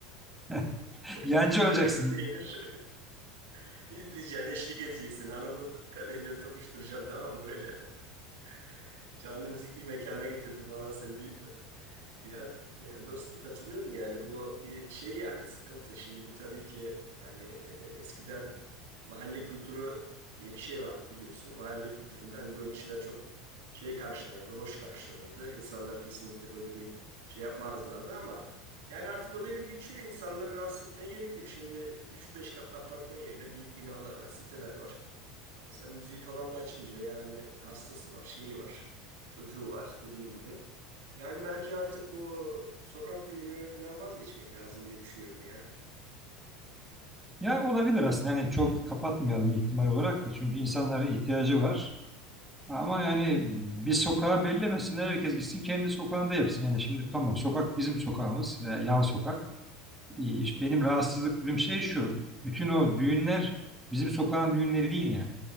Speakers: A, in the centre; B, on the right (about 90°).
A: <laughs> Yancı
B: <laughs>
A: olacaksın.
B: Beyaz peynir <laughs> izleyeceksin, eşlik edeceksin. Hanımla t- kadehleri tokuşturacaksın tamam mı böyle? <laughs> Canlı müzikli mekana getirdim falan seni deyip. <laughs> Ya de- dostum katılıyorum yani bu bir şey yani sıkıntı. Şimdi tabii ki hani e, eskiden mahalle kültürü diye bir şey vardı biliyorsun. Mahalle kültüründe hani böyle şeyler çok şey karşılanırdı, hoş karşılanırdı. İnsanlar kesinlikle böyle bir şey yapmazlardı ama yani artık o devir geçiyor. İnsanları rahatsız etmeye gerek yok. Şimdi üç beş katlı apartman yerine büyük binalar var, siteler var. E sen müziği falan da açınca yani hastası var, şeyi var, çocuğu var dediğin gibi. Yani bence artık bu sokak düğününden vazgeçmek lazım diye düşünüyorum ya.
A: Ya olabilir aslında. Hani çok kapatmayalım ihtimal olarak da çünkü insanlara ihtiyacı var. Ama yani bir sokağa bellemesinler herkes gitsin kendi sokağında yapsın. Yani şimdi tamam sokak bizim sokağımız e, yan sokak. E, işte Benim rahatsızlık duyduğum şey şu. Bütün o düğünler bizim sokağın düğünleri değil yani.